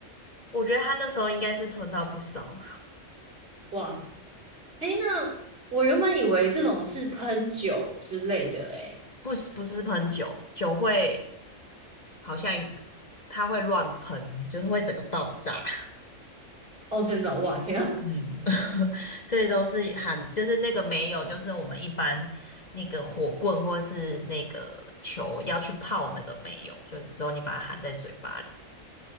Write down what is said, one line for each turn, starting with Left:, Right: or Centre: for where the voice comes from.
Left: 我觉得他那时候应该是囤到不少。
Right: 哇！诶，那我原本以为这种是喷酒之类的，诶。
Left: 不是不是喷酒，酒会好像它会乱喷，就是会整个爆炸。<laughs>
Right: 哦，真的，哇天啊，
Left: 嗯，<laughs> 所以都是含，就是那个没有，就是我们一般那个火棍或是那个球要去泡那个没有，就是只有你把它含在嘴巴里。